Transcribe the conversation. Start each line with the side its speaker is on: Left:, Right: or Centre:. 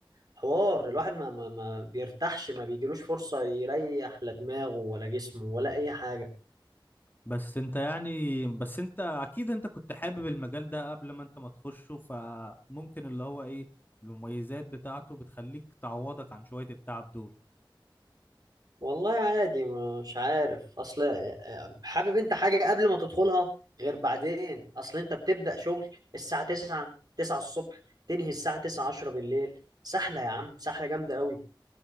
Right: حوار الواحد ما, ما, ما بيرتاحش ما بيجيلوش فرصة يريح لا دماغه ولا جسمه ولا أي حاجة
Left: بس انت يعني بس انت اكيد انت كنت حابب المجال ده قبل ما انت ما تخشه فممكن اللي هو ايه المميزات بتاعته بتخليك تعوضك عن شوية التعب دول
Right: والله عادي مش عارف أصل آه، آه، حابب أنت حاجة قبل ما تدخلها غير بعدين أصل أنت بتبدأ شغل الساعة 9 9 الصبح تنهي الساعة 9 10 بالليل سحلة يا عم سحلة جامدة قوي